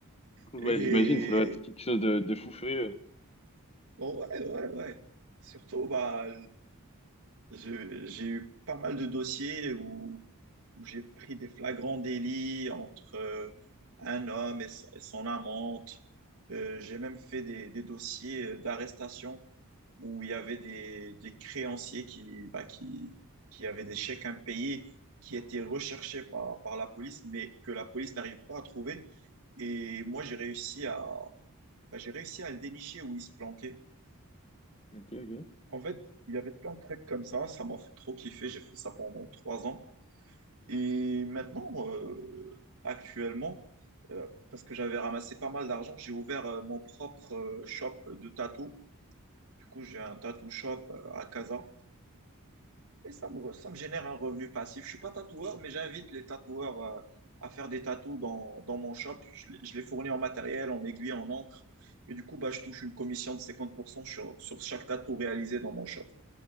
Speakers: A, on the left; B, on the right.
A: ouais,
B: Et
A: j'imagine, ça doit être quelque chose de, de fou furieux.
B: oh, ouais, ouais, ouais. Surtout, bah, je- j'ai eu pas mal de dossiers où, où j'ai pris des flagrants délits entre euh, un homme et son, et son amante. Euh, j'ai même fait des, des dossiers euh, d'arrestation où il y avait des, des créanciers qui, bah, qui, qui avaient des chèques impayés qui étaient recherchés par, par la police, mais que la police n'arrive pas à trouver. Et moi, j'ai réussi à, bah, j'ai réussi à le dénicher où il se planquait.
A: Ok, ok,
B: En fait, il y avait plein de trucs comme ça. Ça m'a fait trop kiffer. J'ai fait ça pendant trois ans. Et maintenant, euh, actuellement, euh, parce que j'avais ramassé pas mal d'argent, j'ai ouvert euh, mon propre euh, shop de tatou. Du coup, j'ai un tattoo shop euh, à Casa Et ça me, ça me génère un revenu passif. Je suis pas tatoueur, mais j'invite les tatoueurs euh, à faire des tatous dans, dans mon shop. Je, les- je les fournis en matériel, en aiguille, en encre. Et du coup, bah, je touche une commission de 50% sur, sur chaque tatou réalisé dans mon shop.